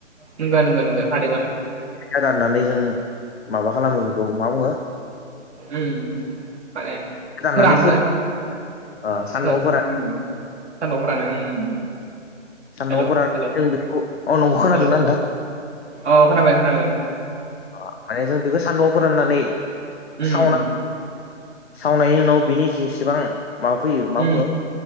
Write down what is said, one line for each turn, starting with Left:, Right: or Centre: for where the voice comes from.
Right: नंगा नंगौ नंगौ खारदै <unintelligible>
Left: फोराननानै जों माबा खालामो बेखौ मा बुङो
Right: उम उम माने
Left: राननानै
Right: फोराननो
Left: फोर ओ सान्दुंआव
Right: फो
Left: फोरान
Right: उम सान्दुंआव फोरानो उम।
Left: सानदुं
Right: हेल'
Left: आव फोरान
Right: हेल'
Left: जों बेखौ अ नंगौ खोनादोंना
Right: हेल'
Left: नोंथां?
Right: अ खोनाबाय खानाबाय।
Left: अ माने जों बेखौ सान्दुंआव फोराननानै
Right: उम
Left: सावना।
Right: उम
Left: सावनायनि उनाव बिनि जेसेबां माबा फैयो मा
Right: उम
Left: बुङो।